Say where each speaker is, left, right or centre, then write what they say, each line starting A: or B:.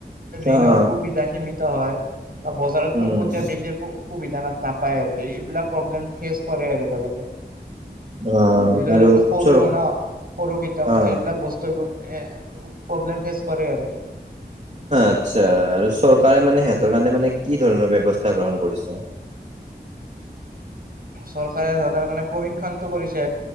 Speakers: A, on the right; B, on the right.
A: অ',
B: ঋণৰ সুবিধা সীমিত হয়। বা বজাৰত
A: উম,
B: পোনপটীয়া বিক্ৰিৰ সুবিধা না নাপায় আৰু এইবিলাক প্ৰব্লেম ফেচ কৰে আৰু তেওঁলোকে।
A: অ',
B: যিহেতু
A: আৰু
B: তেওঁলোকে সৰু
A: চৰ
B: ন সৰু খিতাপ
A: অ'।
B: ত এইবিলাক বস্তু ত এ প্ৰব্লেম ফেচ কৰে আৰু।
A: আচ্ছা। আৰু চৰকাৰে মানে সিহঁতৰ কাৰণে মানে কি ধৰণৰ ব্যৱস্থা গ্ৰহণ কৰিছে?
B: চৰকাৰে ধৰ তাৰ কাৰণে প্ৰশিক্ষণটো কৰিছে